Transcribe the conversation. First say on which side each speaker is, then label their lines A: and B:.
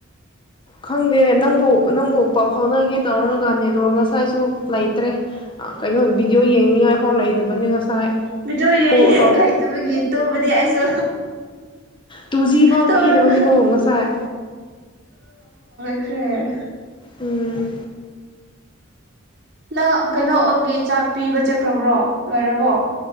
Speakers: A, on the left; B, on the right.
A: ꯈꯪꯗꯦ ꯅꯪꯕꯨ ꯅꯪꯕꯨ ꯄꯥꯎ ꯐꯥꯎꯅꯒꯦ ꯇꯧꯔꯒ ꯅꯦꯠꯋꯔꯛ ꯉꯁꯥꯏꯁꯨ ꯂꯩꯇ꯭ꯔꯦ ꯀꯩꯅꯣ ꯕꯤꯗꯤꯑꯣ ꯌꯦꯡꯅꯤꯡꯉꯥꯏꯐꯥꯎ ꯂꯩꯇꯕꯅꯤ ꯉꯁꯥꯏ
B: ꯕꯤꯗꯤꯌꯣ ꯌꯦꯡꯅꯤꯡꯉꯥꯏ
A: ꯀꯣꯜ
B: ꯂꯩꯥꯏꯇꯕꯒꯤ ꯇꯨꯝꯕꯅꯤ ꯑꯩꯁꯨ
A: ꯇꯨꯖꯤ ꯐꯥꯎ
B: ꯇꯧꯔꯒ
A: ꯄꯤꯗꯕꯅꯤꯀꯣ ꯉꯁꯥꯏ
B: ꯀꯦ
A: ꯎꯝ
B: ꯅꯪ ꯀꯩꯅꯣꯒꯤ ꯆꯥꯛ ꯄꯤꯕ ꯆꯠꯈ꯭ꯔꯕ꯭ꯔꯣ ꯂꯣꯏꯔꯕꯣ